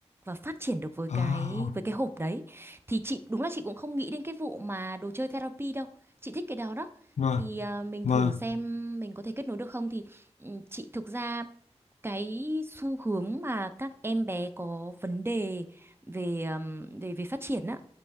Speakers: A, on the right; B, on the left.
A: và phát triển được với cái
B: à,
A: với cái hộp đấy thì chị đúng là chị cũng không nghĩ đến cái vụ mà đồ chơi therapy đâu chị thích cái đó đó
B: vâng
A: thì à, mình
B: vâng
A: thử
B: vâng
A: xem mình có thể kết nối được không thì ừ, chị thực ra cái xu hướng mà các em bé có vấn đề về ừm, về về phát triển á